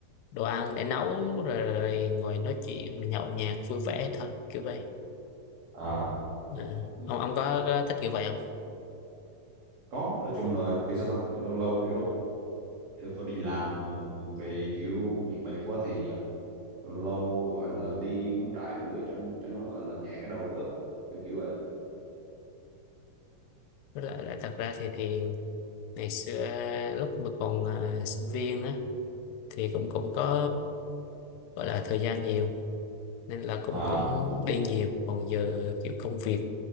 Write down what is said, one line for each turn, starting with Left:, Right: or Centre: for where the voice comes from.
Left: đồ ăn để nấu rồi, rồi ngồi nói chuyện nhậu nhẹt vui vẻ thôi kiểu vậy
Right: à
Left: ừ.
Right: Ừ,
Left: ông ông có, có thích kiểu vậy không
Right: có nói chung là kiểu sao ta kiểu lâu lâu kiểu kiểu tôi đi làm về kiểu mệt mệt quá thì ờ, lâu gọi là đi cắm trại một bữa cho cho nó gọi là nhẹ cái đầu bớt á, kiểu kiểu vậy
Left: với lại, lại thật ra thì thì ngày xưa lúc mà còn à, sinh viên á thì cũng cũng có gọi là thời gian nhiều nên là cũng
Right: à
Left: cũng đi nhiều còn giờ kiểu công việc